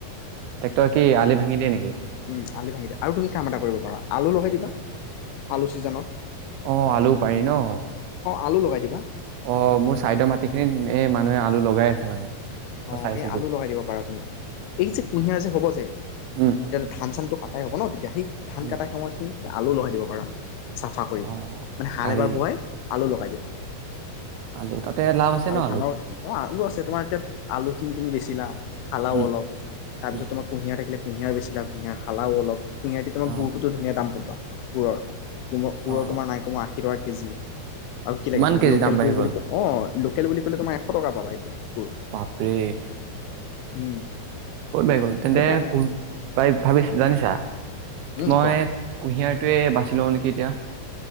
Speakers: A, on the right (about 80°); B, on the left (about 80°).
A: টেক্টৰে কি আলি ভাঙি দিয়ে নেকি?।
B: উম, আলি ভাঙি দিয়ে, আৰু তুমি কাম এটা কৰিব পাৰা, আলু লগাই দিবা, আলু চিজনত।
A: অ', আলু পাৰি ন।
B: আলু লগাই দিবা।
A: অ', মোৰ চাইদৰ মাটি খিনিত এ, মানুহে আলু লগাই আছে মানে। মই
B: অঁ',
A: চাইছিলো।
B: এই আলু লগাই দিব পাৰা তুমি, এই যে কুঁহিয়াৰ যে হ'ব যে
A: উম
B: এতিয়া ধান-চানটো কাটাই হ'ব ন তেতিয়া সেই ধান
A: উম।
B: কটাই সময়খিনি আলু, লগাই দিব পাৰা। চাফা কৰি,
A: অ।
B: মানে হাল
A: পাৰি
B: এবাৰ বোৱাই আলু লগাই দি <unintelligible>
A: <unintelligible>
B: আৰু
A: ন
B: ধানৰ
A: আলুত?
B: অ', আলু আছে তোমাৰ এতিয়া আলু <unintelligible> তুমি বেছিলা খালাও
A: উম
B: অলপ, তাৰপিছত
A: উম
B: তোমাৰ কুঁহিয়াৰ থাকিলে কুঁহিয়াৰ বেছিলা, কুঁহিয়াৰ খালাও অলপ। <unintelligible>
A: অ
B: গুৰুতোটো ধুনীয়া দাম পাব। বোৰৰ। তোম-গুৰৰ
A: অ।
B: তোমাৰ নাইকমো আ <inaudible> টকা কেজি। আৰু কি লাগে
A: ইমান
B: তোমাক,
A: কেজি
B: লোকেল
A: দাম বাঢ়ি
B: গুৰ বুলি
A: গ'ল
B: ক অ <inaudible> বুলি ক'লে তমাৰ এশ টকা পাবা এতিয়া। গুৰ
A: বাপৰে।
B: উম।
A: ক'ত বাই গ'ল, তেন্তে
B: সেইকাৰণে
A: ক <inaudible> ভাবিছ-জানিছা।
B: উম
A: মই,
B: কোৱা
A: কুঁহিয়াৰ <inaudible> বাচি লওঁ নেকি এতিয়া।